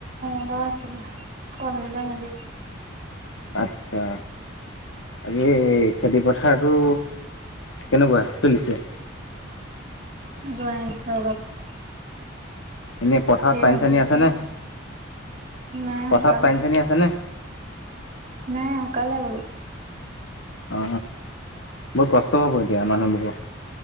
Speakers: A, on the right; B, on the left.
A: <unintelligible> আছিলে কলদিলৰ ভাঁজি
B: আচ্ছা আজি খেতি পথাৰটো কেনেকুৱা চলিছে
A: যোৱাই নাই ৰদত
B: এনেই পথাৰত
A: যি
B: পানী
A: ৰ'দ
B: চানী
A: দিছে
B: আছে নে
A: নাই শুকালে
B: পথাৰত পানী চানী আছে নে
A: নাই শুকালে আৰু
B: অ বহু কষ্ট হ'ব এতিয়া মানুহবোৰৰ